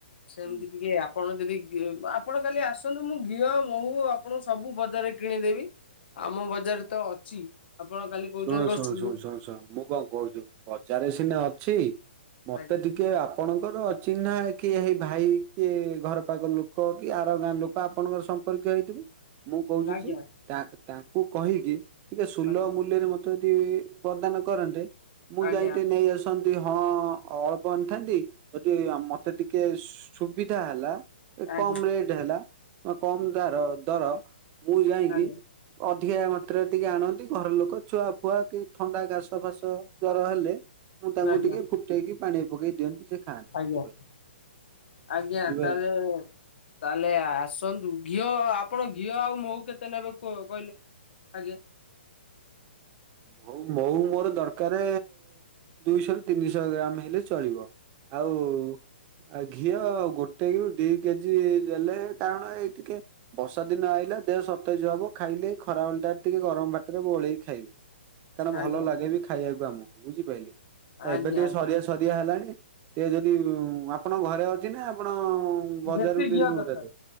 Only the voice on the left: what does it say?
ସେମିତି
ଟିକେ ଆପଣ ଯଦି ଆପଣ କାଲି ଆସନ୍ତୁ, ମୁଁ ଘିଅ ମହୁ ଆପଣଙ୍କୁ ସବୁ ବଜାରରେ କିଣିଦେବି। ଆମ ବଜାର ରେ ତ ଅଛି। ଆପଣ କାଲି କହୁଛନ୍ତି
କଣ
ସୁନୁ
ଆଜ୍ଞା
ଆଜ୍ଞା
ଆଜ୍ଞା
ଆଜ୍ଞା
ଆଜ୍ଞା ଆଜ୍ଞା
ଆଜ୍ଞା
ଆଜ୍ଞା
ଆଜ୍ଞା
ଆଜ୍ଞା।
ଆଜ୍ଞା,
ତାହେଲେ ତାହେଲେ, ଆସନ୍ତୁ ଘିଅ ଆପଣ ଘିଅ ଆଉ ମହୁ କେତେ ନେବେ କୁହ କହିଲେ ଆଜ୍ଞା
ଆଜ୍ଞା
ଆଜ୍ଞା।
ଦେଶୀ
ଘିଅ ଦରକାର